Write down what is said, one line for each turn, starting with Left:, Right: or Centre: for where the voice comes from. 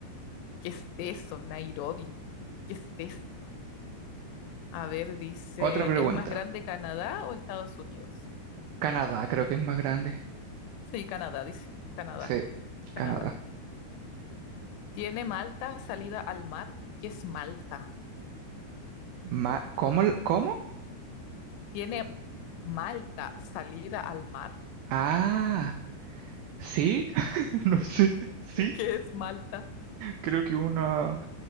Left: ¿Qué es eso? Nairobi. ¿Qué es eso? A ver, dice,
Right: Otra pregunta.
Left: ¿es más grande Canadá o Estados Unidos?
Right: Canadá creo que es más grande.
Left: Sí, Canadá, dice. Canadá,
Right: Sí,
Left: Canadá.
Right: Canadá.
Left: ¿Tiene Malta salida al mar? ¿Qué es Malta?
Right: Ma- ¿Cómo? l- ¿Cómo?
Left: Tiene Malta, salida al mar.
Right: Ah, sí. <laughs> No sé. Sí,
Left: ¿Y qué es Malta?
Right: creo que una...